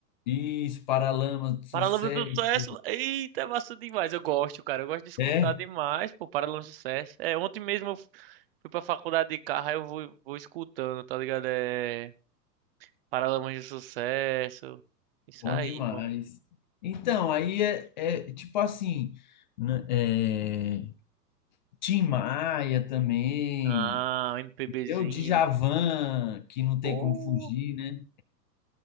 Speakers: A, on the left; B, on the right.
A: isso, Paralamas do Sucesso.
B: Paralamas do Sucesso. Eita, é massa demais. Eu gosto, cara. Eu gosto de escutar
A: É,
B: demais, pô, Paralamas do Sucesso. É, ontem mesmo eu fui pra faculdade de carro, aí eu vou, vou escutando, tá ligado? É Paralamas do Sucesso. Isso
A: bom
B: aí,
A: demais.
B: irmão.
A: Então, aí é, é tipo assim, n- é, Tim Maia também,
B: Ah, um MPBzinho.
A: eu Djavan, que não tem
B: Pô,
A: como fugir, né?